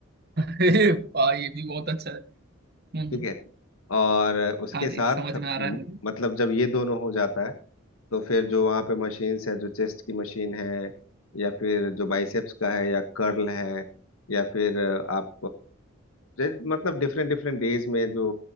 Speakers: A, on the right; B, on the left.
A: <laughs> अरे वाह ये भी बहुत अच्छा है हम्म हम्म,
B: ठीक है और उसके
A: हाँ
B: साथ
A: जी समझ में आ रहा
B: म-
A: है मुझे
B: मतलब जब ये दोनों हो जाता है तो फिर जो वहाँ पे मशीन्स है जो चेस्ट की मशीन है या फिर जो बाइसेप्स का है या कर्ल है या फिर आप जे- मतलब डिफरेंट डिफरेंट डेज में जो